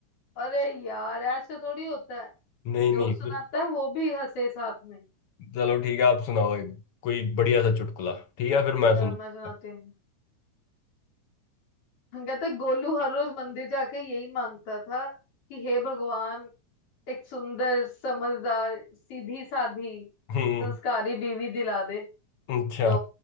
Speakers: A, on the left (about 80°); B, on the left (about 55°).
A: अरे यार ऐसे थोड़ी होता है
B: नहीं
A: जो
B: नहीं
A: सुनाता
B: फिर
A: है वो भी हंसे साथ में
B: चलो ठीक है आप सुनाओ एक कोई बढ़िया सा चुटकुला ठीक है फिर मैं
A: चलो
B: सुना
A: मैं सुनाती
B: <laughs>
A: हूँ हम कहते हैं, गोलू हर रोज मंदिर जाके यही मांगता था कि हे भगवान एक सुंदर समझदार सीधी साधी
B: हम्म
A: संस्कारी बीवी दिला दे
B: अच्छा
A: तो